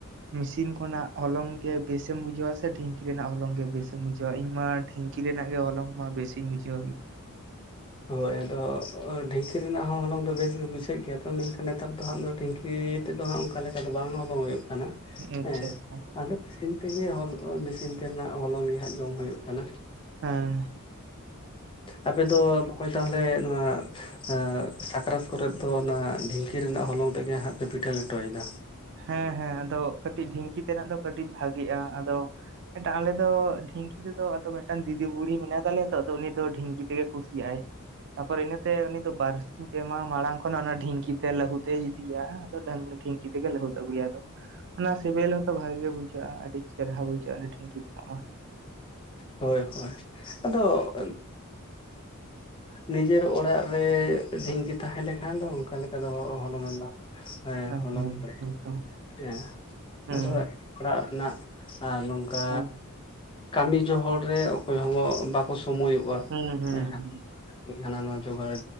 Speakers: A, on the right (about 55°); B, on the left (about 25°).
A: ᱢᱮᱥᱤᱱ ᱠᱷᱚᱱᱟᱜ ᱦᱚᱞᱚᱝ ᱜᱮ ᱵᱮᱥᱮᱢ ᱵᱩᱡᱷᱟᱹᱣᱟ ᱥᱮ ᱰᱷᱤᱝᱠᱤ ᱨᱮᱱᱟᱜ ᱦᱚᱞᱚᱝ ᱜᱮ ᱵᱮᱥ ᱵᱩᱡᱷᱟᱹᱣᱟ? ᱤᱧ ᱢᱟ ᱴᱷᱤᱝᱤ ᱨᱮᱱᱟᱜ ᱜᱮ ᱦᱚᱞᱚᱝ ᱢᱟ ᱵᱮᱥᱤᱧ ᱵᱩᱡᱷᱟᱹᱣᱟ᱾
B: ᱦᱳᱭ ᱟᱫᱚ ᱰᱷᱤᱝᱠᱤ ᱨᱮᱱᱟᱜ ᱦᱚᱸ ᱦᱚᱞᱚᱝ ᱫᱚ ᱵᱮᱥ ᱜᱮ ᱵᱩᱡᱷᱟᱹᱜ ᱜᱮᱭᱟ᱾ ᱛᱚ ᱢᱮᱱᱠᱷᱟᱱ ᱱᱮᱛᱟᱨ ᱫᱚ ᱦᱟᱸᱜ ᱫᱚ ᱰᱷᱤᱝᱠᱤ ᱛᱮᱫ ᱫᱚ ᱦᱟᱸᱜ ᱚᱝᱠᱟ ᱞᱮᱠᱟ ᱫᱚ ᱵᱟᱝ ᱦᱚᱞᱚᱝ ᱦᱩᱭᱩᱜ ᱠᱟᱱᱟ,
A: ᱟᱪᱪᱷᱟ
B: ᱦᱮᱸ
A: ᱟᱪᱪᱷᱟ
B: ᱟᱫᱚ <inaudible> ᱛᱮᱜᱮ ᱦᱚ ᱢᱮᱥᱤᱱ ᱛᱮᱱᱟᱜ ᱦᱚᱞᱚᱝ ᱜᱮ ᱦᱟᱸᱜ ᱡᱚᱢ ᱦᱩᱭᱩᱜ ᱠᱟᱱᱟ᱾
A: ᱦᱮᱸ᱾
B: ᱟᱯᱮ ᱫᱚ ᱵᱚᱠᱚᱧ ᱛᱟᱦᱚᱞᱮ ᱱᱚᱣᱟ ᱟᱸ ᱥᱟᱠᱨᱟᱛ ᱠᱚᱨᱮᱫ ᱫᱚ ᱚᱱᱟ ᱰᱷᱤᱝᱠᱤ ᱨᱮᱱᱟᱜ ᱦᱚᱞᱚᱝ ᱛᱮᱜᱮ ᱦᱟᱸᱜ ᱯᱮ ᱯᱤᱴᱷᱟᱹ ᱞᱮᱴᱚᱭᱫᱟ?
A: ᱦᱮᱸ ᱦᱮᱸ ᱟᱫᱚ ᱠᱟᱹᱴᱤᱡ ᱰᱷᱤᱝᱠᱤ ᱛᱮᱱᱟᱜ ᱫᱚ ᱠᱟᱹᱴᱤᱡ ᱵᱷᱟᱜᱤᱜᱼᱟ, ᱟᱫᱚ ᱮᱴ ᱟᱞᱮ ᱫᱚ ᱰᱷᱤᱝᱠᱤ ᱛᱮᱫᱚ ᱟᱫᱚ ᱢᱤᱫᱴᱟᱝ ᱫᱤᱫᱤ ᱵᱩᱲᱤ ᱢᱮᱱᱟᱭ ᱛᱟᱞᱮᱭᱟ ᱛᱚ ᱩᱱᱤ ᱫᱚ ᱰᱷᱤᱝᱠᱤ ᱛᱮᱜᱮ ᱠᱩᱥᱤᱭᱟᱜᱟᱭ᱾ ᱛᱟᱯᱚᱨ ᱤᱱᱟᱹᱛᱮ ᱩᱱᱤ ᱫᱚ ᱵᱟᱨᱥᱤᱧ ᱯᱮᱢᱟ ᱢᱟᱲᱟᱝ ᱠᱷᱚᱱᱟᱜ ᱚᱱᱟ ᱰᱷᱤᱝᱠᱤ ᱛᱮ ᱞᱟᱹᱦᱩᱫ ᱮᱭ ᱤᱫᱤᱭᱟ ᱟᱫᱚ ᱰᱟᱝ ᱰᱷᱤᱝᱠᱤ ᱛᱮᱜᱮ ᱞᱟᱹᱦᱩᱫ ᱟᱹᱜᱩᱭᱟ ᱟᱫᱚ᱾ ᱚᱱᱟ ᱥᱤᱵᱤᱞ ᱦᱚᱸᱛᱚ ᱵᱷᱟᱜᱮ ᱜᱮ ᱵᱩᱡᱷᱟᱹᱜᱼᱟ ᱟᱹᱰᱤ ᱪᱮᱨᱦᱨᱟ ᱵᱩᱡᱷᱟᱹᱜᱼᱟ ᱟᱹᱰᱤ ᱰᱷᱝᱠᱤ ᱛᱮᱱᱟᱚᱜ ᱢᱟ᱾
B: ᱦᱳᱭ ᱦᱳᱭ, ᱟᱫᱚ ᱱᱤᱡᱮᱨ ᱚᱲᱟᱜ ᱨᱮ ᱰᱷᱤᱝᱠᱤ ᱛᱟᱦᱮᱸ ᱞᱮᱠᱷᱟᱱ ᱫᱚ ᱚᱝᱠᱟ ᱞᱮᱠᱟ ᱟᱫᱚ ᱦᱚᱞᱚᱝᱮ ᱮ ᱦᱮᱸ
A: ᱦᱩᱸ
B: ᱦᱚᱞᱚᱝ
A: ᱦᱩᱸ
B: ᱮ
A: ᱮᱠᱫᱚᱢ
B: ᱦᱮᱸ
A: ᱦᱩᱸ
B: ᱟᱫᱚ ᱚᱲᱟᱜ ᱨᱮᱱᱟᱜ ᱟᱨ ᱱᱚᱝᱠᱟ
A: ᱦᱩᱸ
B: ᱠᱟᱢᱤ ᱡᱚᱦᱚᱲ ᱨᱮ ᱚᱠᱚᱭ ᱦᱚᱸ ᱵᱟᱠᱚ ᱥᱚᱢᱚᱭᱚᱜ ᱠᱚᱣᱟ
A: ᱦᱩᱸ ᱦᱩᱸ
B: ᱦᱮᱸ ᱦᱟᱱᱟ ᱱᱚᱣᱟ ᱡᱚᱜᱟᱲ